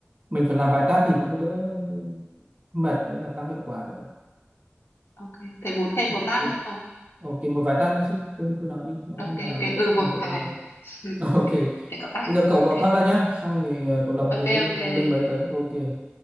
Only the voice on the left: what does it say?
ok kê, thế muốn thêm
một bát nữa không?
ok
ok ừ, một
vài.
<laughs>
ok ô
kê, thế cậu tắt đi.
Ô
kê,
ô
kê,